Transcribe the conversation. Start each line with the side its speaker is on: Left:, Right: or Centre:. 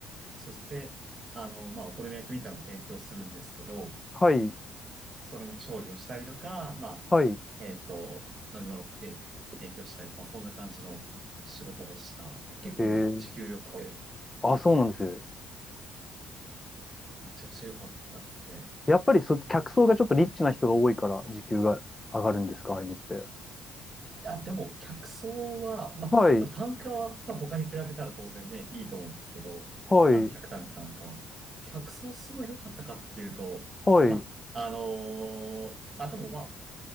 Right: そして、あの、まあ、お好み焼きみたいなのを提供するんですけど、
Left: はい。
Right: それの調理をしたりとか、まあ、
Left: はい。
Right: えっと、飲み物を提提供したりとか、まあそんな感じの仕事でした。結構ね、
Left: へえ。
Right: 時給良くて、
Left: あ、そうなんです。いや
Right: めちゃくちゃ良かったですね。
Left: やっぱりそ、客層がちょっとリッチな人が多いから時給が上がるんですか、ああいうのって。
Right: や、でも、客層は、まあ、
Left: はい、
Right: 多分単価はさ、他に比べたら当然ね、いいと思うんですけど、
Left: はい、
Right: あの、客単価なんかは。客層すごい良かったかっていうと、
Left: はい。
Right: まあ、あのーあ、でもまあ、